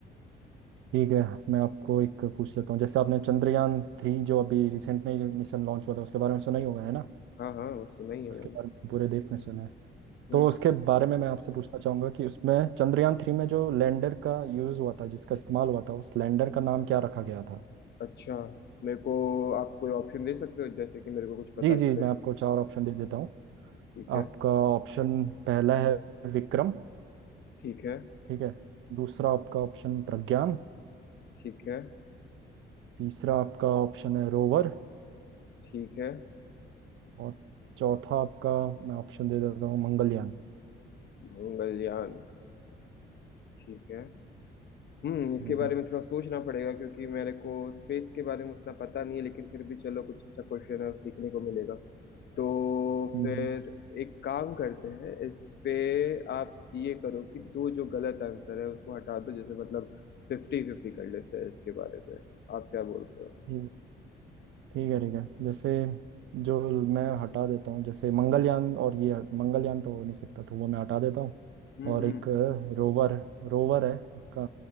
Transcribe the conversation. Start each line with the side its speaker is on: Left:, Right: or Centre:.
Right: ठीक है मैं आपको एक पूछ लेता हूँ जैसे आपने चंद्रयान थ्री जो अभी रिसेंट में मिशन लॉन्च हुआ था उसके बारे में सुना ही होगा है ना
Left: हाँ हाँ वो सुना ही है
Right: उसके
Left: मैंने
Right: बारे में पूरे देश ने सुना है तो
Left: हम्म
Right: उसके बारे में मैं आपसे पूछना चाहूँगा कि उसमें चंद्रयान थ्री में जो लैंडर का यूज़ हुआ था जिसका इस्तेमाल हुआ था उस लैंडर का नाम क्या रखा गया था
Left: अच्छा मेरे को आप कोई ऑप्शन दे सकते हो जैसे कि मेरे को कुछ पता
Right: जी
Left: चले
Right: जी मैं आपको चार ऑप्शन दे देता हूँ
Left: ठीक है
Right: आपका ऑप्शन पहला है विक्रम
Left: ठीक है
Right: ठीक है दूसरा आपका ऑप्शन प्रज्ञान
Left: ठीक है
Right: तीसरा आपका ऑप्शन है रोवर
Left: ठीक है
Right: और चौथा आपका मैं ऑप्शन दे देता हूँ मंगलयान
Left: मंगलयान ठीक है हम्म इसके
Right: हम्म,
Left: बारे में थोड़ा सोचना पड़ेगा क्योंकि मेरे को स्पेस के बारे में उतना पता नहीं है लेकिन फिर भी चलो कुछ अच्छा क्वेश्चन है सीखने को मिलेगा तो
Right: हम्म,
Left: फिर
Right: हम्म,
Left: एक काम करते हैं इस पे आप ये करो कि दो जो गलत आंसर है उसको हटा दो जैसे मतलब फिफ्टी फिफ्टी कर लेते हैं इसके बारे में आप क्या बोलते हो
Right: ठीक ठीक है ठीक है जैसे जो मैं हटा देता हूँ जैसे मंगलयान और ये हट- मंगलयान तो हो नहीं सकता तो वो मैं हटा देता हूँ
Left: हम्म
Right: और
Left: हम्म
Right: एक रोवर रोवर है उसका